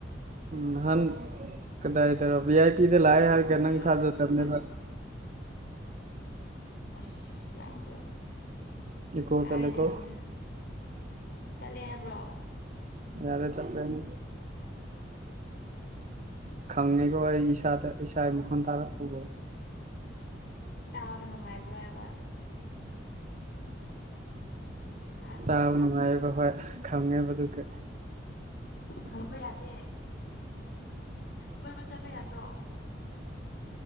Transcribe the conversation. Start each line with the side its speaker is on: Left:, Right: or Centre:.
Right: ꯅꯥꯍꯥꯟ ꯀꯗꯥꯏꯗ ꯕꯤ ꯑꯥꯏ ꯄꯤ꯫ ꯂꯥꯛꯑꯦ ꯍꯥꯏꯔꯒꯦ ꯅꯪ
Left: ꯑꯩ ꯍꯥꯏꯒꯦ
Right: ꯊꯥꯖꯕꯅꯦꯕ꯫
Left: ꯅꯪ ꯊꯥꯖꯗ ꯑꯁ ꯂꯥꯡꯁꯨ꯫
Right: ꯏꯀꯣ
Left: ꯀꯥꯏꯗꯒꯤꯅꯦ
Right: ꯆꯠꯂꯦꯀꯣ
Left: ꯆꯠꯂꯦ ꯍꯥꯏꯕ꯭ꯔꯣ꯫
Right: ꯌꯥꯔꯦ ꯆꯠꯇꯅꯤ꯫
Left: ꯎꯝ꯫
Right: ꯈꯪꯉꯤꯀꯣ ꯑꯩ ꯏꯁꯥꯗ ꯏꯁꯥ ꯃꯈꯣꯜ ꯊꯥꯔ ꯄꯨꯕꯣ꯫
Left: ꯇꯥꯕ ꯅꯨꯡꯉꯥꯏꯕ꯭ꯔꯣꯕ꯫ ꯍꯥ
Right: ꯇꯕ ꯅꯨꯡꯉꯥꯏ꯫ ꯍꯣꯏ ꯍꯣꯏ ꯈꯪꯉꯦꯕꯗꯨꯒ꯫
Left: ꯍꯪꯕ ꯌꯥꯗꯦ ꯀꯣꯏꯕ ꯆꯠꯄ ꯌꯥꯗ꯭ꯔꯣ꯫